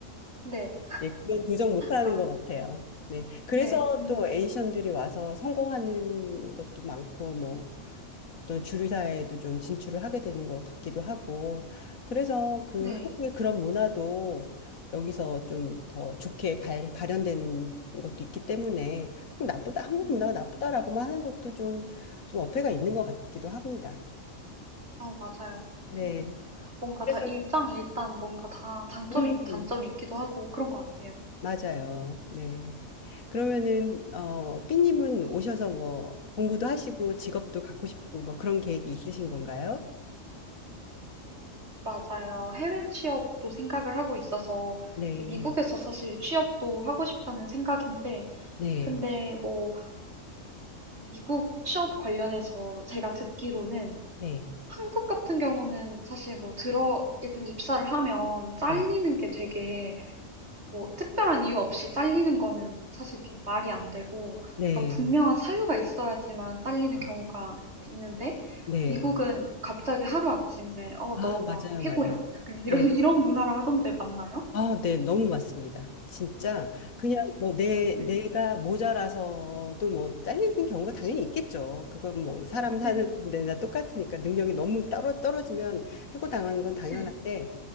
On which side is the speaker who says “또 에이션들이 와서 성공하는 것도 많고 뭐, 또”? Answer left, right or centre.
Left